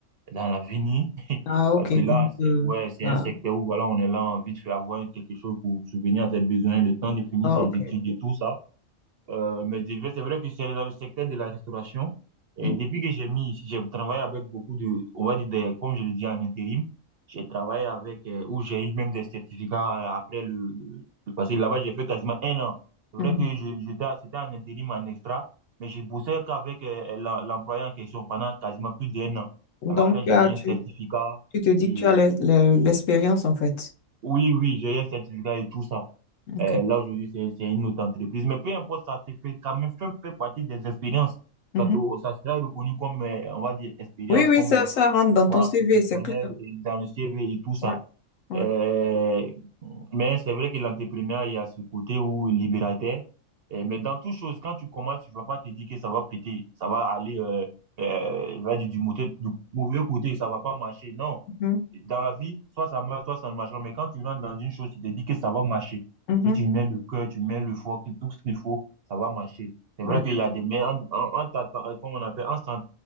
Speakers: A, on the right; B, on the left.
A: dans l'avenir. <laughs>
B: Ah, ok,
A: Parce que là,
B: donc,
A: c'est
B: euh,
A: ouais, c'est
B: voilà.
A: un secteur où voilà, on est là, envie de faire avoir quelque chose pour subvenir à ses besoins, le temps de finir
B: Ah,
A: ses
B: ok.
A: études et tout ça. Euh, mais je vais- c'est vrai que je suis allé dans le secteur de la restauration. Et
B: Mm,
A: depuis que j'ai mis, j'ai travaillé avec beaucoup de, on va dire, des- comme je le dis en intérim, j'ai travaillé avec, euh, où j'ai eu même des certificats euh, après le, le, le passé. Là-bas, j'ai fait quasiment un an. C'est
B: mhm.
A: vrai que je, j'étais, c'était en intérim, en extra, mais je bossais qu'avec euh, l'em- l'employé en question pendant quasiment plus d'un an.
B: Donc,
A: À la fin,
B: tu
A: j'ai
B: as-
A: eu un
B: tu,
A: certificat
B: tu te dis
A: et
B: que tu as l'e- l'e- l'expérience en fait.
A: oui, oui, j'ai un certificat et tout ça.
B: Ok.
A: Euh, là, aujourd'hui, c'est, c'est une autre entreprise. Mais peu importe, ça c'est fait quand même fait, fait partie des expériences.
B: Mhm.
A: Ça, te- ça sera reconnu comme, euh, on va dire, expérience,
B: Oui, oui,
A: comme,
B: ça,
A: euh,
B: ça rentre dans
A: voilà,
B: ton CV,
A: professionnel
B: c'est clair.
A: et dans le CV et tout ça.
B: Ouais, ouais.
A: Euh, mais c'est vrai que l'entrepreneur, il y a ce côté où libérateur. Euh, mais dans toute chose, quand tu commences, tu vas pas te dire que ça va péter, ça va aller, euh, euh, il va dire du, mouté- du mauvais côté, ça va pas marcher. Non.
B: Mhm,
A: Dans la vie, soit ça marche, soit ça ne marche pas. Mais quand tu rentres dans une chose, tu te dis que ça va marcher.
B: mhm,
A: Si tu mets le cœur, tu mets le foie, que tout ce qu'il faut, ça va marcher. C'est
B: ouais,
A: vrai qu'il y a des, mais en, en, en t'attend- euh, comment on appelle, en s'en-